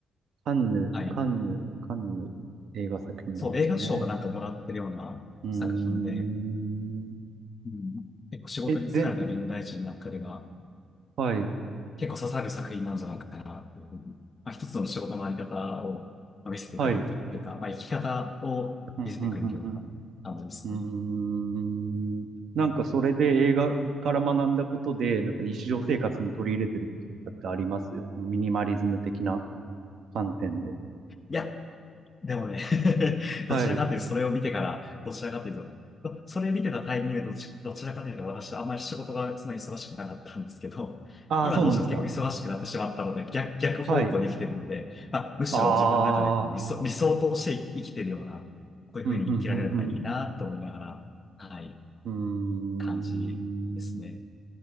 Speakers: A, on the right; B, on the left.
A: カンヌ、
B: はい。
A: カンヌ、カンヌ映画作品なんですね。
B: そう、映画賞がなんかもらってるような作品で、
A: うーん。
B: うん、結構仕事に疲れた現代人の中では、
A: え、ぜ、はい、
B: 結構刺さる作品なんじゃないかなっていうふうに、まあ、一つの仕事のあり方をまあ見せてくれるというか、
A: はい。
B: まあ、生き方を見せてくれるような感じですね。
A: うん、うん、うん、うん。うーん。なんかそれで映画から学んだことで、なんか日常生活に取り入れてることってありますミニマリズム的な観点で。
B: いやでもね <laughs>
A: はい。
B: どちらかというと、それを見てから、どちらかというと、どそれ見てたタイミングでどち、どちらかというと、私、あんまり仕事がそんな忙しくなかったんですけど、
A: ああ、
B: 今、
A: そうなんですか。
B: どちらかというと結構忙しくなってしまったので、逆、逆方向で生きてるので、
A: はい。
B: まあ、むしろ自分の中でこう理想、
A: ああ、
B: 理想として生きてるような、こういうふうに生きられるのがいいなと思いながら、
A: うん、うん、うん、
B: はい、
A: うん。うー
B: 感じですね。
A: ん。